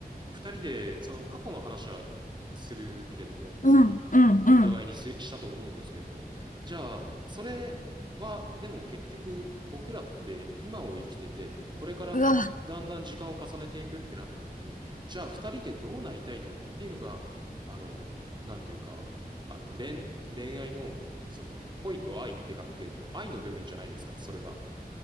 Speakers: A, on the right; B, on the left.
A: 二人で、その過去の話はするけれども、
B: うん、うん、うん。
A: お互いにししたと思うんですけれども。じゃあ、それは、でも結局、僕らって今を生きてて、これからだんだん時間を重ねていくってなった時に、
B: うわ、
A: じゃあ二人でどうなりたいのっていうのが、あの、なんていうか、あの、恋、恋愛の、その、恋と愛って書くけれども、愛の部分じゃないですか、それが。